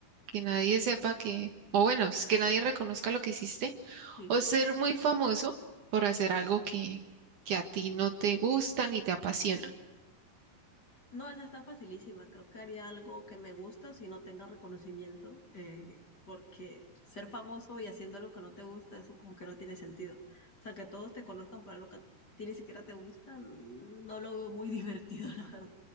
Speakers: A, on the right (about 60°); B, on the left (about 25°).
A: Que nadie sepa que, o bueno, pues, que nadie reconozca lo que hiciste.
B: sí.
A: ¿O ser muy famoso por hacer algo que, que a ti no te gusta ni te apasiona?
B: No, esa está facilísima. Creo que haría algo que me gusta si no tenga reconocimiento, eh, porque ser famoso y haciendo lo que no te gusta, eso como que no tiene sentido. O sea, que todos te conozcan para lo que a ti ni siquiera te gusta, no lo veo muy divertido, <laughs> la verdad.